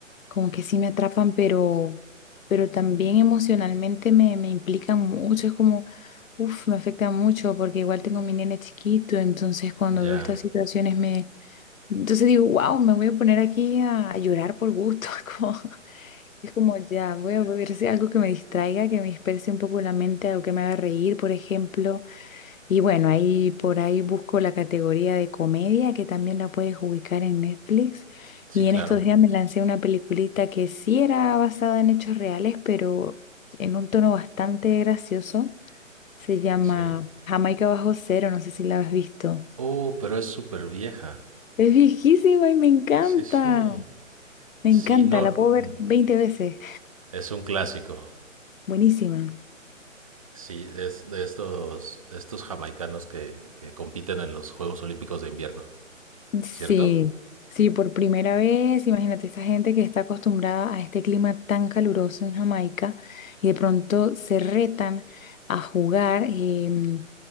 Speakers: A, on the left; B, on the right.
A: como que sí me atrapan, pero, pero también emocionalmente me, me implican mucho, es como, uff, me afecta mucho porque igual tengo mi nene chiquito, entonces cuando
B: Ya,
A: veo estas situaciones me, entonces digo, wow, me voy a poner aquí a llorar por gusto, <laughs> como- es como ya, voy a ver si algo que me distraiga, que me disperse un poco la mente, algo que me haga reír, por ejemplo. Y bueno, ahí por ahí busco la categoría de comedia que también la puedes ubicar en Netflix.
B: sí,
A: Y
B: claro,
A: en estos días me lancé una peliculita que sí era basada en hechos reales, pero en un tono bastante gracioso. Se llama
B: sí.
A: Jamaica Bajo Cero, no sé si la has visto.
B: Oh, pero es súper vieja.
A: Es viejísima y me encanta.
B: Sí, sí.
A: Me
B: Sí,
A: encanta,
B: no,
A: la
B: mm,
A: puedo ver 20 veces.
B: es un clásico.
A: Buenísima.
B: Sí, es de estos, estos jamaicanos que, que compiten en los Juegos Olímpicos de invierno,
A: Sí,
B: ¿cierto?
A: sí, por primera vez, imagínate esta gente que está acostumbrada a este clima tan caluroso en Jamaica y de pronto se retan a jugar. em,